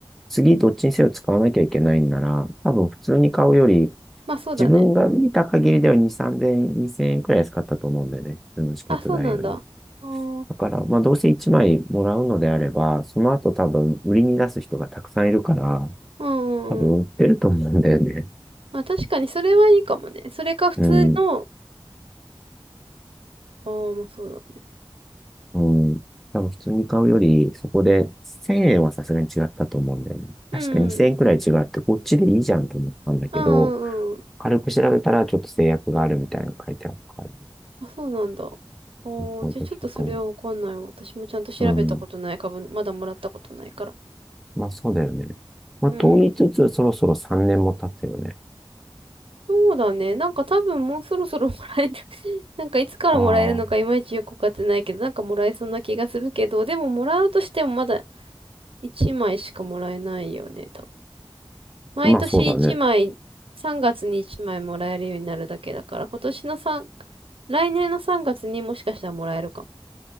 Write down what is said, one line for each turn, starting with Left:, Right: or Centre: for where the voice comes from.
Centre: 次どっちにせよ使わなきゃいけないんなら、多分普通に買うより、
Right: まあそうだね。
Centre: 自分が見た限りでは2、3000円、2 0円くらい使ったと思うんだよね。普通のチケット代より。
Right: あ、そうなんだ。あー
Centre: だから、まあどうせ1枚もらうのであれば、その後多分売りに出す人がたくさんいるから、
Right: うんうんうん。
Centre: 多分売ってると思うんだよね。
Right: まあ確かにそれはいいかもね。それか普通の、
Centre: うん。
Right: ああ、まあそうだね。
Centre: うん。多分普通に買うより、そこで1000円はさすがに違ったと思うんだよね。
Right: うん。
Centre: 確か2000円くらい違って、こっちでいいじゃんと思ったんだけど、
Right: うんうんうん。
Centre: 軽く調べたらちょっと制約があるみたいなの書いてあったから、
Right: あ、そうなんだ。おー、
Centre: そうどうしようかな。
Right: じゃあちょっとそれはわかんないわ。私もちゃんと調べたことない株、
Centre: うん。
Right: まだもらったことないから。
Centre: まあそうだよね。まあと言いつつ、
Right: うん。
Centre: そろそろ3年も経つよね。
Right: そうだね。なんか多分もうそろそろもらえる <laughs> なんかいつからもらえるのかいまいちよくわかってないけど、
Centre: あ
Right: なんかもらえそうな気がするけど、でももらうとしてもまだ1枚しかもらえないよね。毎年1枚、
Centre: あ、まあそうだね。
Right: 3月に1枚もらえるようになるだけだから、今年の3、来年の3月にもしかしたらもらえるかも。